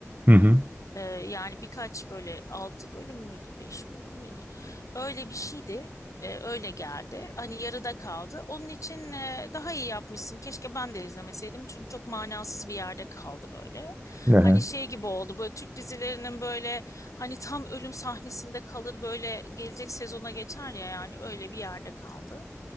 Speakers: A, on the right; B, on the left.
A: Hı hı.
B: Ee, yani birkaç böyle altı bölüm müydü, beş bölüm müydü? Öyle bir şeydi. Ee, öyle geldi. Hani yarıda kaldı. Onun için e, daha iyi yapmışsın. Keşke ben de izlemeseydim. Çünkü çok manasız bir yerde kaldı böyle.
A: Aha.
B: Hani şey gibi oldu. Böyle Türk dizilerinin böyle hani tam ölüm sahnesinde kalır böyle gelecek sezona geçer ya yani öyle bir yerde kaldı.